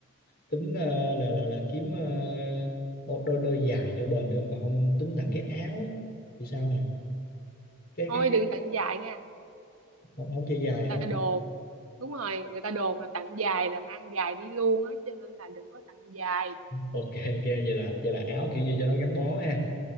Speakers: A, on the left; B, on the right.
A: tính ờ, là là là kiếm ờ, đôi đôi đôi giày cho bền được không? còn không tính tặng cái áo thì sao nè cái
B: thôi
A: cái cái
B: đừng tặng dài nha
A: không, không chơi dài
B: người ta
A: hả
B: đồn đúng rồi người ta đồn là tặng dài là mang dài đi luôn á cho nên là đừng có tặng dài
A: ok ok vậy là vậy là áo kiểu như cho nó gắn bó ha